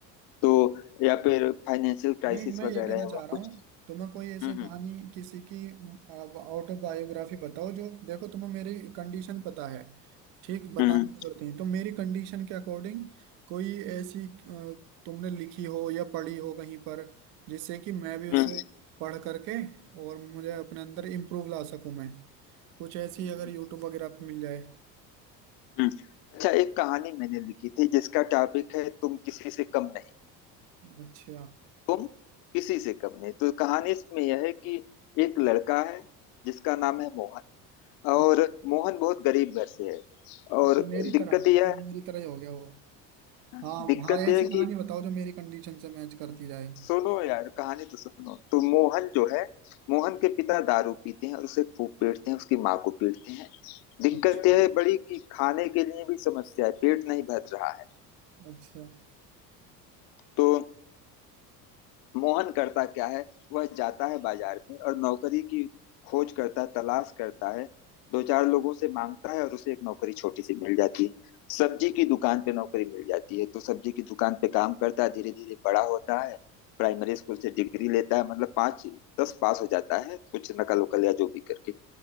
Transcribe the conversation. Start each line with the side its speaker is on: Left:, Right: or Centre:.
Left: तो या फिर फाइनेंशियल क्राइसिस
Right: नहीं मैं
Left: वगैरह
Right: ये कहना
Left: है
Right: चाह
Left: वह
Right: रहा
Left: कुछ
Right: हूँ तुम्हें कोई ऐसी
Left: हम्म
Right: कहानी किसी की ऑटोबायोग्राफी बताओ जो देखो तुम्हें मेरी कंडीशन पता है ठीक बताने
Left: हम्म हम्म
Right: की जरूरत नहीं तो मेरी कंडीशन के अकॉर्डिंग कोई ऐसी अ, तुमने लिखी हो या पढ़ी हो कहीं पर जिससे कि मैं भी उसे
Left: हम्म
Right: पढ़ करके और मुझे अपने अंदर इम्प्रूव ला सकूं मैं कुछ ऐसी
Left: हम्म,
Right: अगर
Left: हम्म।
Right: यूट्यूब वगैरह पे मिल जाए
Left: हम्म। अच्छा एक कहानी मैंने लिखी थी जिसका टॉपिक है तुम किसी से कम नहीं
Right: अच्छा
Left: तुम किसी से कम नहीं तो कहानी इसमें यह है कि एक लड़का है जिसका नाम है मोहन और
Right: अच्छा
Left: मोहन बहुत गरीब घर से है और
Right: अच्छा मेरी
Left: दिक्कत
Right: तरह मतलब
Left: यह
Right: मेरी तरह ही हो गया वो
Left: है
Right: हाँ
Left: दिक्कत
Right: हाँ
Left: यह
Right: ऐसी
Left: है
Right: कहानी
Left: कि
Right: बताओ जो मेरी कंडीशन से मैच करती जाए
Left: सुनो यार कहानी तो सुनो तो मोहन जो है मोहन के पिता दारू पीते हैं और उसे खूब पीटते हैं उसकी माँ को पीटते हैं दिक्कत
Right: अच्छा
Left: यह है बड़ी कि खाने के लिए भी समस्या है पेट नहीं भर रहा है
Right: अच्छा
Left: तो मोहन करता क्या है वह जाता है बाजार में और नौकरी की खोज करता है तलाश करता है दो चार लोगों से मांगता है और उसे एक नौकरी छोटी सी मिल जाती है सब्जी की दुकान पे नौकरी मिल जाती है तो सब्जी की दुकान पे काम करता है धीरे धीरे बड़ा होता है प्राइमरी स्कूल से डिग्री लेता है मतलब पाँच दस पास हो जाता है कुछ नकल उकल या जो भी करके